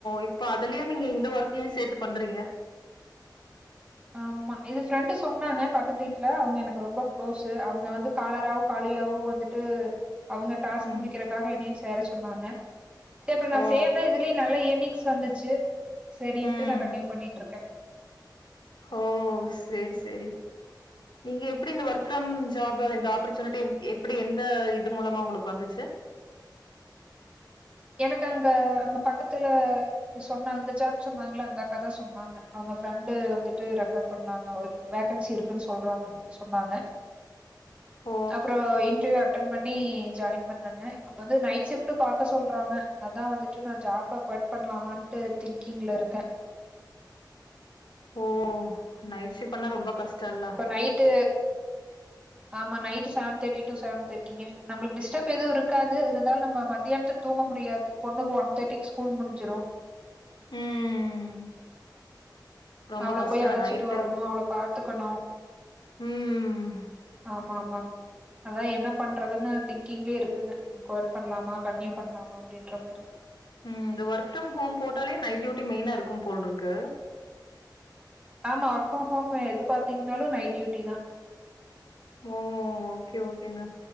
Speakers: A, on the left; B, on the right.
A: இப்ப அதுலியு நீங்க இந்த ஓர்க்கயு சேத்து பண்றீங்க
B: ஆமா இது ஃப்ரெண்டு சொன்னாங்க பக்கத்து வீட்ல அவுங்க எனக்கு ரொம்ப க்ளோஸ் அவுங்க வந்து காலராவோ காலியாவு வந்துட் டு அவுங்க டாஸ்க்
A: ம்
B: முடிக்கிறக்காக என்னையு சேர சொன்னாங்க செ அப்பற நா
A: ஓ
B: சேர்ந்த இதுலயு நல்ல இயர்ன்னிங்ஸ் வந்திச்சு சரின்ட்டு
A: ம்
B: நான் கன்டினியூ பண்ணிட்ருக்கே
A: ஓ சேர் சேரி நீங்க எப்டி இந்த ஒர்க் ஃப்ரம் ஜாப் இந்த ஆப்பர்ச்சுனிட்டி எப்டி எந்த இது மூலமா உங்களுக்கு வந்துச்சு
B: எனக்கு அங்க அங்க பக்கத்துல சொன்னாங்க இந்த ஜாப் சொன்னாங்கள அந்தாக்கா தா சொன்னாங்க அவுங்க ஃப்ரெண்டு வந்துட்டு ரெஃபர் பண்ணாங்க வேகன்சி இருக்குன் சொல்றாங்க சொன்னாங்க
A: ஓ
B: அப்புற இன்டர்வியூ அட்டன் பண்ணி ஜாயின் பண்ணங்க ப்ப வந்து நைட் ஷிஃப்ட் பாக்க சொல்றாங்க அதா வந்துட்டு நா ஜாப்ப கொய்ட் பண்ணலாமான்ட்டு திங்கிங்ல இருக்கே
A: ஓ நைட் ஷிப் பண்ணா ரொம்ப கஷ்டல்ல
B: இப்ப நைட்டு ஆமா night seven thirty to seven தேர்டிங்க நம்புளுக் டிஸ்டர்ப் எதுவு இருக்காது இருந்தாலு நம்ப மதியானதுக் தூங்க முடியாது பொண்ணுகு ஒன் தேர்டிக்கு ஸ்கூல் முடிஞ்சிரு
A: ம் ரொம்ப
B: அவள
A: கஷ்டந்தா
B: போய் அழைச்சிட்டு
A: நைட்டு
B: வரணு அவள பாத்துக்கணு
A: ம்
B: ஆமாமாங் அதா என்ன பண்றதுன்னு திங்கிங்லே இருக்குங்க குய்ட் பண்லாமா கண்ட்னியூ பண்லாமா அப்படின்ற மாரி
A: ம் இந்த ஒர்க் ஃப்ரம் ஹோம் போட்டாலே நைட் டியூட்டி மெய்னா இருக்கும் போல் இருக்கு
B: ஆமா ஒர்க் ப்ரம் கோம் எது பாத்தீங்ன்னாலு நைட் டியூட்டி தா
A: மோ ஓகே ஓகேங்க